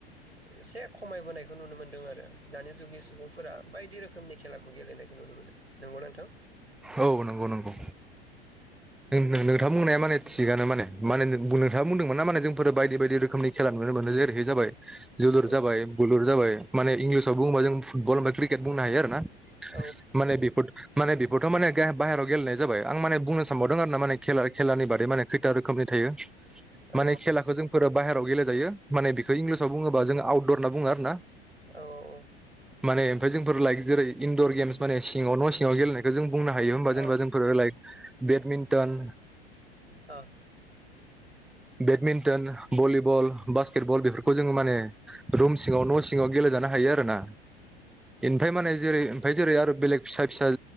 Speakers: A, on the right (about 90°); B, in the centre.
A: एसे खमायबोनायखौ नुनो मोनदों आरो दानि जुगनि सुबुंफोरा बायदि रोख खोमनि खेलाखौ गेलेनायखौ नुनो मोनो नोंगौ ना नोंथां?
B: औ नोंगौ नोंगौ नों नोंथां बुंनाया माने थिगानो माने माने बु नोंथाङा बुंदोंमोन ना माने जोंफोरो बायदि बायदि रोखोमनि खेला नुनो मोनो जेरैहाय जाबाय जुलुरजाबाय,
A: औ
B: बुलुरजाबायक माने इंलिसाव बुबां जों फुटबल ओमफाय क्रिकेट बुंनो हायो आरो ना
A: औ
B: माने बिफोद माने बेफ गथ' माने गाह बाहेरायाव गेलनाय जाबाय आं माने बुंनो सा नबावदों आरो ना माने खेला‌ खेलानि बादै माने खैथा रोखोमनि थायो
A: औ
B: माने खेलाखौ जोंफोरो बाहेराव गेलेेजायो माने बेखौ इंलिसाव बुङोबा जों आउट दर होनना बुङो आरो ना
A: औ औ
B: माने ओमफाय जोंफोर लाइक जेरै इनड'र गेमस माने सिङाव न' सिङाव गेलेनाय खौ जों बुंनो हायो होमबा
A: औ
B: जेनेबा जोंफोरो लाइक बेडमिन्टन
A: ओ
B: बेडमिन्टन, भलिबल, बास्केटबल बेफोरखौ जोङो माने रुम सिङाव न' सिङाव गेलेेजानो हायो आरो ना एनफाय माने जेरै फाय जेरै आरो बेलेग फिसा फिसा